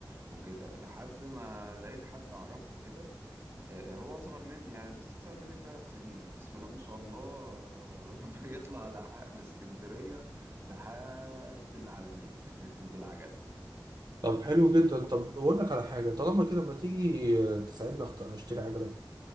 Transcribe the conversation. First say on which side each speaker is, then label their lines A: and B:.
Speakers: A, on the right (about 35°); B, on the right (about 60°).
A: وكده لحد ما لقيت حد اعرفه كده آه، هو اصغر مني يعني بس اصغر مني بثلاث سنين بسم الله ما شاء الله <laughs> بيطلع لحق من اسكندريه لحد العلمين <laughs> بالعجله
B: طب حلو جدا طب اقول لك على حاجه طالما كده ما تيجي تساعدني أخت- اشتري عجله